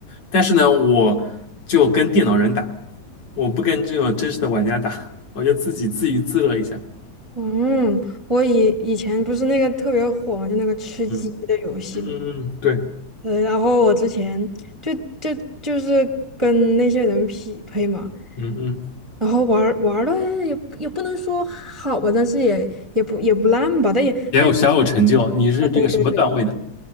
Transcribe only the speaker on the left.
但是呢，我就跟电脑人打，我不跟这种真实的玩家打，我就自己自娱自乐一下。
嗯嗯嗯嗯，对，
嗯嗯，
也有小有成就。你是这个什么段位的？